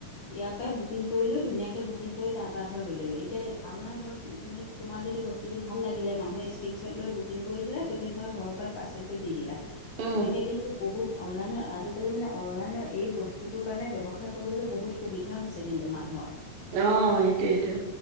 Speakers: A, on the left; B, on the right.
A: ইয়াৰ পৰাই বুকিং কৰিলো, ধুনীয়াকৈ বুকিং কৰি তাৰপৰা ধৰ লৈ ল'লোঁ, এতিয়া আমাৰ ধৰক, তুমি তোমাৰ যদি বস্তু বস্তুটো ভাল লাগিলে মানুহে স্ক্ৰীণশ্বট লৈ বুকিং কৰি দিলে তুমি ধৰা ঘৰৰ পৰাই পাৰ্চেলটো দি দিলা।
B: উম
A: তেনেকে কিন্তু বহুত অনলাইনৰ আজিকালি মানে অনলাইনৰ এই বস্তুটোৰ কাৰণে ব্যৱসায় কৰিবলৈ বহুত সুবিধা হৈছে কিন্তু মানুহৰ।
B: অঁ সেইটোয়েটো
A: সেইটো